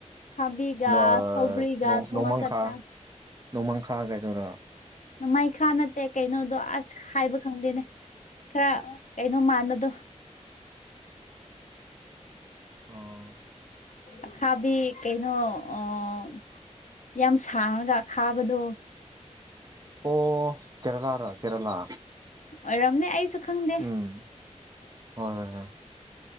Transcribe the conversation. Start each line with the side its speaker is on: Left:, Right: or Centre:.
Left: ꯑꯈꯥꯕꯤꯒ
Right: ꯅꯥ
Left: ꯁꯧꯒ꯭ꯔꯤꯒ
Right: ꯅꯣꯡ
Left: ꯊꯣꯡꯉꯒ
Right: ꯅꯣꯡꯃꯥꯡꯈꯥ
Left: ꯆꯥ
Right: ꯅꯣꯡꯃꯥꯡꯈꯥ ꯀꯩꯗꯨꯔꯥ
Left: ꯅꯣꯡꯃꯩꯈꯥ ꯅꯠꯇꯦ ꯀꯩꯅꯣꯗꯣ ꯑꯥꯁ ꯍꯥꯏꯕ ꯈꯪꯗꯦꯅꯦ ꯈꯔ ꯀꯩꯅꯣ ꯃꯥꯟꯕꯗꯣ
Right: ꯑꯣꯑ
Left: ꯑꯈꯥꯕꯤ ꯀꯩꯅꯣ ꯑꯣ ꯌꯥꯝ ꯁꯥꯡꯉꯒ ꯈꯥꯕꯗꯣ
Right: ꯑꯣ ꯑꯣ ꯀꯦꯔꯂꯥꯔꯣ ꯀꯦꯔꯂꯥ
Left: ꯑꯣꯏꯔꯝꯅꯦ ꯑꯩꯁꯨ ꯈꯪꯗꯦ
Right: ꯎꯪ ꯍꯣꯏ ꯍꯣꯏ